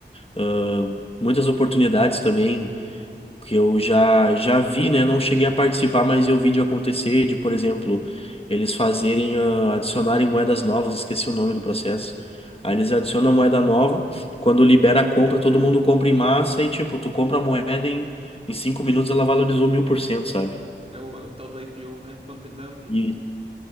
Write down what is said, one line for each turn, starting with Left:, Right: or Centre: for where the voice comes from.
Left: ahn, muitas oportunidades também que eu já já vi, né? Não cheguei a participar, mas eu vi de acontecer, de, por exemplo, eles fazerem, ah, adicionarem moedas novas, esqueci o nome do processo. Aí eles adicionam a moeda nova, quando libera a compra,
Right: IPO?
Left: todo mundo compra em massa e, tipo, tu compra a moeda em, em cinco minutos ela valorizou mil por cento, sabe?
Right: É o, o tal do IPO, né? Pump and dump.
Left: E